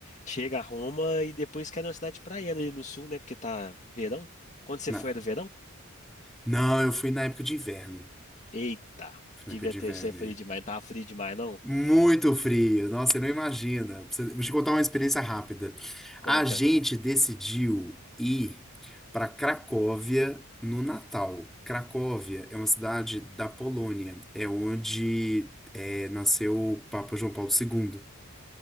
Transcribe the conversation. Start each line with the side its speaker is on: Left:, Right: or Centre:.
Left: Chega a Roma e depois quer uma cidade praiana ali no sul, né? Porque tá verão. Quando você
Centre: Na-
Left: foi, era verão?
Centre: Não, eu fui na época de inverno.
Left: Eita,
Centre: Fui
Left: devia
Centre: na época de
Left: ter
Centre: inverno.
Left: sido frio
Centre: é.
Left: demais. Não tava frio demais, não?
Centre: Muito frio. Nossa, você não imagina. Você- Vou te contar uma experiência rápida.
Left: Conta.
Centre: A gente decidiu ir para Cracóvia no Natal. Cracóvia é uma cidade da Polônia. É onde é, nasceu o Papa João Paulo II.